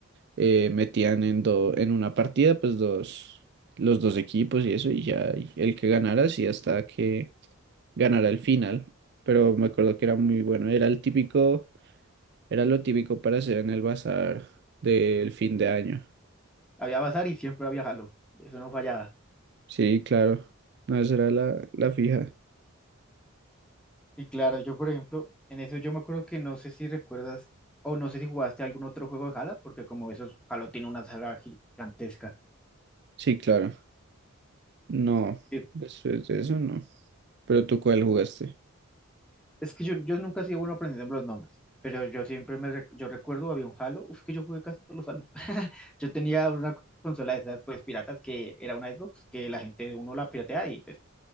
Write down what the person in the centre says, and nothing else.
Había bazar y siempre había jalo. Eso no fallaba.
Y claro, yo por ejemplo, en eso yo me acuerdo que no sé si recuerdas o no sé si jugaste algún otro juego de Jala, porque como esos Halo tiene una saga gigantesca.
Eh,
Es que yo, yo nunca he sido bueno aprendiendo los nombres, pero yo siempre me rec- yo recuerdo había un Halo, uf, que yo jugué casi todos los Halo. <laughs> Yo tenía una consola de esas pues piratas que era una Xbox, que la gente uno la piratea y pues